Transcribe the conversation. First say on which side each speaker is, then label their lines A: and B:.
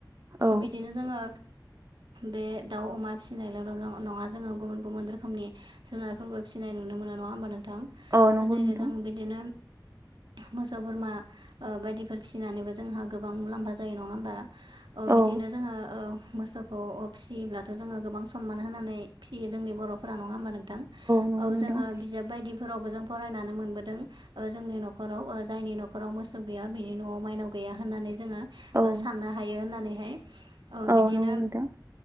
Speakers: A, on the right; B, on the right.
A: औ
B: बिदिनो जोंङो बे दाउ अमा फिसिनायल'' नङा जोंङो गुबुन गुबुन रोखोमनि जुनारफोरबो फिसिनाय नुनो मोनो नङा होमबा नों थां
A: औ नंगौ
B: जेरै
A: नोंथां
B: जों बिदिनो मोसौ बोरमा बायदिफोर फिसिनानैबो जोंहा गोबां मुलाम्फा जायो नङा होमबा।
A: औ
B: बिदिनो जोङो मोसौखौ फिसियोब्लाथ' जोङो सनमान होनानै फिसियो जोंनि बर'फोरा नङा होमबा नों
A: नंगौ
B: औ
A: नोंथां
B: जोङो बिजाब बायदि। फोरावबो जों फरायनानै मोनबोदों जोंनि नखराव जायनि न'खराव मोसौ गैया बिनि न'आव माइनाव गैया। जोङो
A: औ
B: साननो हायो होननानैहाय
A: औ
B: बिदिनो
A: नंगौ नोंथां